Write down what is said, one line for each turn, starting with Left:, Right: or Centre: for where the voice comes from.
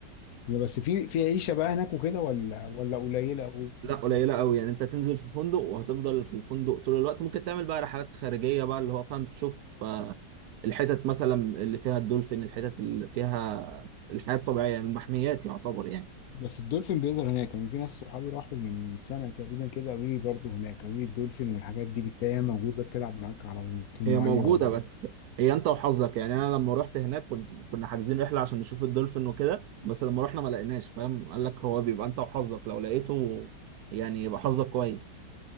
Left: بس في في عيشة بقى هناك وكده ولا ولا قليلة قوي
Right: لا
Left: لسه
Right: قليله قوي يعني انت تنزل في فندق وهتفضل في الفندق طول الوقت ممكن تعمل بقى رحلات خارجيه بقى اللي هو فاهم تشوف آه، الحتت مثلا اللي فيها الدولفين الحتت اللي فيها الحياه الطبيعيه المحميات يعتبر يعني
Left: بس الدولفين بيظهر هناك يعني في ناس صحابي راحوا من سنة تقريبا كده قالوا لي برضه هناك قالوا لي الدولفين والحاجات دي بتلاقيها موجودة بتلعب معاك على في المية
Right: هي موجودة
Left: هو
Right: بس هي انت وحظك يعني انا لما رحت هناك كنت كنا حاجزين رحلة عشان نشوف الدولفين وكده بس لما رحنا ما لقيناش فاهم قال لك هو بيبقى انت وحظك لو لقيته يعني يبقى حظك كويس